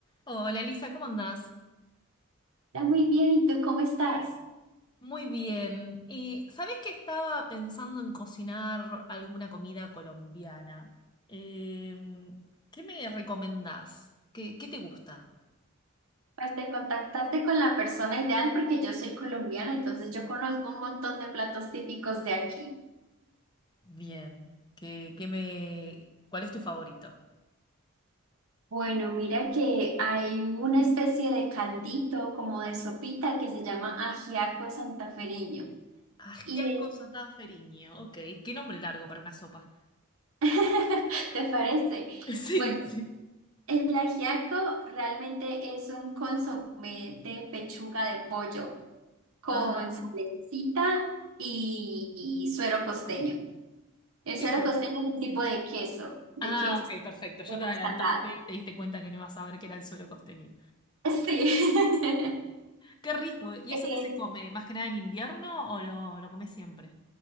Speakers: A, on the left; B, on the right.
A: Hola Elisa, ¿cómo andás?
B: Está muy bien, ¿y tú cómo estás?
A: Muy bien. Eh, ¿sabés que estaba pensando en cocinar alguna comida colombiana? Em, ¿qué me recomendás? ¿Qué, qué te gusta?
B: Pues te contactaste con la persona ideal porque yo soy colombiana, entonces yo conozco un montón de platos típicos de aquí.
A: Bien. ¿Qué, qué me... ¿Cuál es tu favorito?
B: Bueno, mira que hay una especie de caldito, como de sopita, que se llama ajiaco santafereño.
A: Ajiaco
B: Y
A: santanferiño. Ok. Qué nombre largo para una sopa.
B: <laughs> ¿Te parece?
A: <laughs> Sí,
B: Bueno,
A: sí.
B: el ajiaco realmente es un consomé de pechuga de pollo con
A: Ajá.
B: salecita y, y suero costeño. El
A: ¿Qué
B: suero
A: es eso?
B: costeño es un
A: Sí.
B: tipo de queso, de
A: Ah,
B: queso
A: ok, perfecto. Ya te adelantaste,
B: salado.
A: te diste cuenta que no ibas a ver que era el suelo costeño.
B: <laughs> Sí. <laughs>
A: Qué rico. ¿Y
B: Eh,
A: eso qué se come? ¿Más que nada en invierno o lo, lo comes siempre?